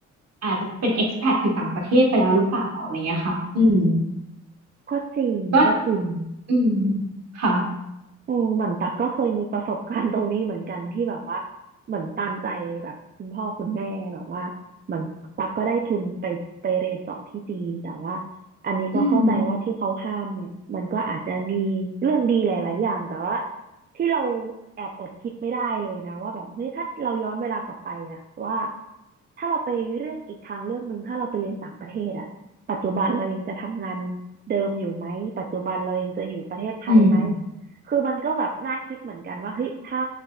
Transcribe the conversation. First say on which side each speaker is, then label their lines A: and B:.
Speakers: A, on the right; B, on the right.
A: อาจจะเป็น expat อยู่ต่างประเทศไปแล้วหรือเปล่าอะไรเงี้ยค่ะอืม
B: ก็จริงก็จริง
A: ก็อืมค่ะ
B: เอมเหมือนตักก็เคยมีประสบการณ์ตรงนี้เหมือนกันที่แบบว่าเหมือนตามใจแบบคุณพ่อคุณแม่แบบว่าเหมือนตักก็ได้ทุนไปไปเรียนต่อที่จีนแต่ว่าอันนี้ก็เข้าใจว่าที่เขาห้ามเนี่ยมันก็อาจจะมีเรื่องดีหลายๆอย่างแต่ว่า
A: อืม
B: ที่เราแอบอดคิดไม่ได้เลยนะว่าแบบเฮ้ยถ้าเราย้อนเวลากลับไปล่ะว่าถ้าเราไปเลือกอีกทางเลือกหนึ่งถ้าเราไปเรียนต่างประเทศอะปัจจุบันเรายังจะทำงานเดิมอยู่ไหมปัจจุบันเรายังจะอยู่ประเทศไทยไหม
A: อืม
B: คือมันก็แบบน่าคิดเหมือนกันว่าเฮ้ยถ้า